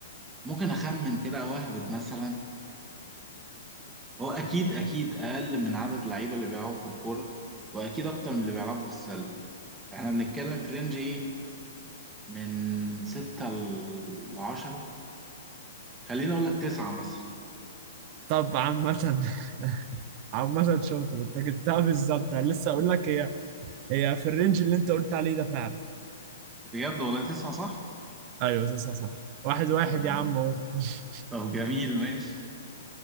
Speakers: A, on the right; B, on the right.
A: ممكن اخمن كده او اهبد مثلا هو اكيد اكيد اقل من عدد اللعيبه اللي بيلعبوا في الكوره واكيد اكتر من اللي بيلعبوا في السله احنا بنتكلم في رينج ايه من ستة لعشرة خليني اقول لك تسعة مثلا
B: طب عامة <laughs> عامة شاطر انت جبتها بالظبط انا لسه اقول لك هي هي في الرينج اللي انت قلت عليه ده فعلا
A: بجد والله تسعة صح؟
B: ايوه تسعة صح واحد واحد
A: اه والله
B: يا عم اهو <laughs>
A: طب جميل ماشي